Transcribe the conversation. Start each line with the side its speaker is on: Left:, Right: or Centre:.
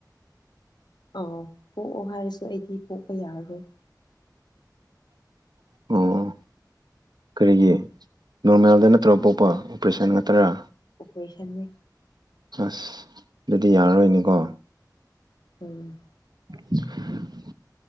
Left: ꯑꯥꯎ ꯄꯣꯛꯑꯣ ꯍꯥꯏꯔꯁꯨ ꯑꯩꯗꯤ ꯄꯣꯛꯄ ꯌꯥꯔꯔꯣꯏ
Right: ꯑꯣ ꯀꯔꯤꯒꯤ ꯅꯣꯔꯃꯦꯜꯗ ꯅꯠꯇ꯭ꯔ ꯄꯣꯛꯄ ꯑꯣꯄꯔꯦꯁꯟ ꯉꯥꯛꯇꯔꯥ
Left: ꯑꯣꯕꯔꯦꯁꯟꯅꯤ
Right: ꯑꯁ ꯑꯗꯨꯗꯤ ꯌꯥꯔꯔꯣꯏꯅꯦꯀꯣ
Left: ꯎꯝ
Right: <inaudible>